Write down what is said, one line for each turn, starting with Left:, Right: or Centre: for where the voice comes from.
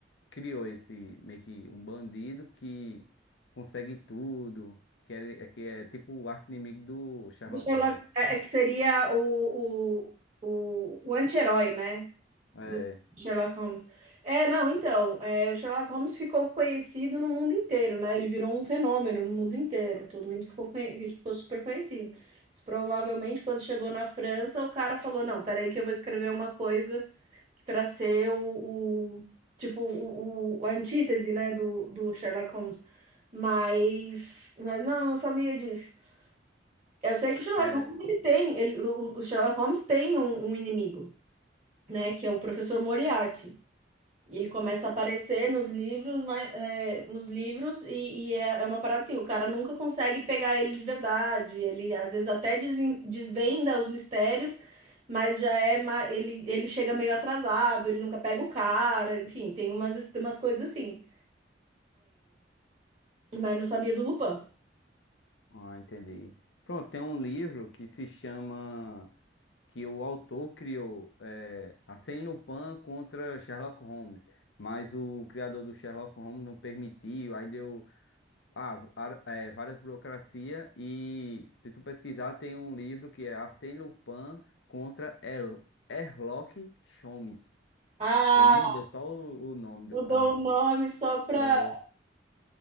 Left: criou esse meio que um bandido que consegue tudo, que é, que é tipo o arqui-inimigo do Sherlock
Right: o Sherlock
Left: Holmes.
Right: é é que seria o, o, o, o anti-herói, né?
Left: É,
Right: do Sherlock Holmes. É, não, então, é, o Sherlock Holmes ficou conhecido no mundo inteiro, né? Ele virou um fenômeno no mundo inteiro. Todo mundo ficou, conhe- ele ficou super conhecido. Mas provavelmente, quando chegou na França, o cara falou: Não, peraí, que eu vou escrever uma coisa para ser o, o- tipo, o, o- a antítese, né, do, do Sherlock Holmes. Mas, mas não, eu não sabia disso. Eu sei que o Sherlock
Left: é,
Right: Holmes ele tem, ele, o, o Sherlock Holmes tem um um inimigo né? Que é o professor Moriarty. E ele começa a aparecer nos livros, mas, é, nos livros e, e é, é uma parada assim, o cara nunca consegue pegar ele de verdade, ele às vezes até desen- desvenda os mistérios, mas já é, ma- ele, ele chega meio atrasado, ele nunca pega o cara, enfim, tem umas, his- umas coisas assim, mas não sabia do Lupin.
Left: ah, entendi. Pronto, tem um livro que se chama que o autor criou é, Arsène Lupin contra Sherlock Holmes, mas o criador do Sherlock Holmes não permitiu, aí deu Ah, ar- é, várias burocracias e se tu pesquisar tem um livro que é Arsène Lupin contra Er- Herlock Sholmes.
Right: Ah,
Left: Ele mudou só o, o nome
Right: mudou
Left: do cara.
Right: o nome só pra,
Left: É,